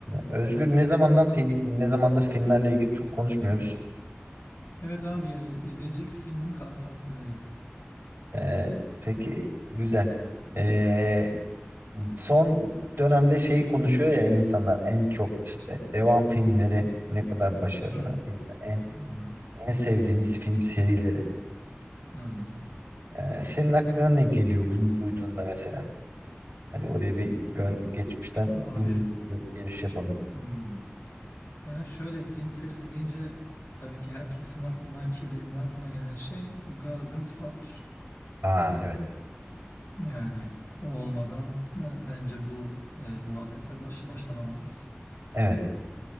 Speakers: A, on the right; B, on the left.
A: Özgür ne zamandan fin- ne zamandır filmlerle ilgili çok konuşmuyoruz.
B: Evet abi ya iz, izleyecek filmim kal- kalmadı benim.
A: Ee, peki güzel. Ee, son dönemde şeyi konuşuyor ya insanlar en çok işte devam filmleri ne kadar başarılı
B: Hmm.
A: ya da en
B: Hı hı.
A: en sevdiğiniz film serileri.
B: hı.
A: Ee, senin aklına ne geliyor bunu duyduğunda mesela? Hadi oraya bir gön geçmişten
B: Abi.
A: günümüze gö- geliş yapalım.
B: Hmm. Yani şöyle film serisi deyince tabii ki herkesin aklına ki benim de aklıma gelen şey Ga- Godfather.
A: Aa evet.
B: Yani o olmadan ben, bence bu e, muhabbete baş başlamamalıyız.
A: Evet.